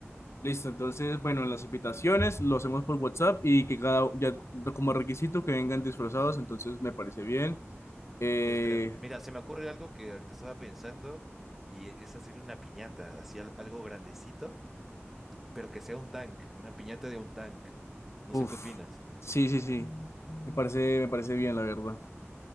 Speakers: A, on the left (about 75°); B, in the centre.
A: Listo, entonces, bueno, las invitaciones lo hacemos por WhatsApp y que cada, ya como requisito que vengan disfrazados, entonces me parece bien. Eh,
B: Este, mira, se me ocurre algo que ahorita estaba pensando y es hacer una piñata, así al- algo grandecito, pero que sea un tank, una piñata de un tank. No
A: uf,
B: sé qué opinas.
A: sí, sí, sí, me parece, me parece bien, la verdad.